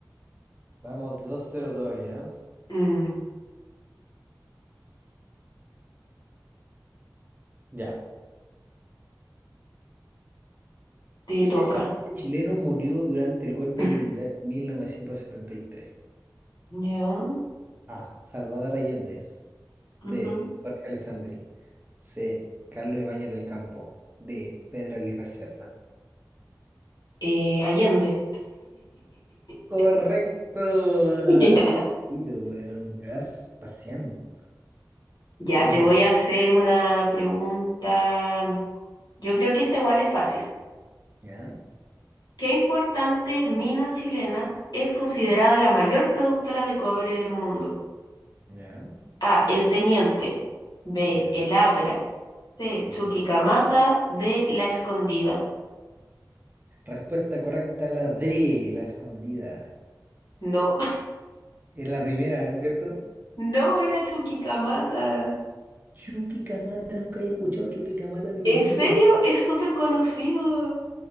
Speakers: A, on the right; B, on the left.
A: Vamos, dos cero todavía. ¿eh?
B: Mm,
A: Ya.
B: te
A: ¿Qué
B: toca.
A: presidente chileno murió durante el golpe
B: <clears throat>
A: militar en 1973?
B: Ya.
A: A. Salvador Allende.
B: ujú.
A: B. Jorge Alessandri. C. Carlos Ibáñez del Campo. D. Pedro Aguirre Cerda.
B: Eh, Allende.
A: Correcto.
B: <laughs> Ya.
A: 3-0, weón. Me Vas paseando.
B: Ya
A: Te
B: te
A: toca.
B: voy a hacer una pregunta. Yo creo que esta igual es fácil.
A: ¿Ya?
B: ¿Qué importante mina chilena es considerada la mayor productora de cobre del mundo?
A: ¿Ya?
B: A. El Teniente. B.
A: ¿Ya?
B: El Abra. C.
A: ¿Ya?
B: Chuquicamata. D. La Escondida.
A: Respuesta correcta, la D, la escondida.
B: No,
A: Era la primera, ¿es ¿cierto?
B: <laughs> no era Chuquicamata.
A: Chucky Camata, nunca había escuchado Chucky Camata en mi
B: ¿En
A: vida.
B: serio? Es súper conocido.